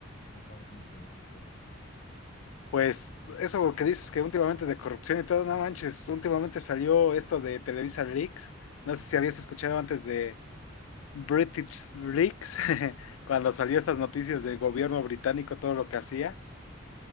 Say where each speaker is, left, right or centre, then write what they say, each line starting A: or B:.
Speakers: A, on the left; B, on the left.
A: tú sabes mucho de esos temas, em- amigo.
B: Pues eso que dices que últimamente de corrupción y todo, no manches, últimamente salió esto de Televisa Leaks. No sé si habías escuchado antes de British Leaks, <laughs> cuando salió esas noticias del gobierno británico, todo lo que hacía.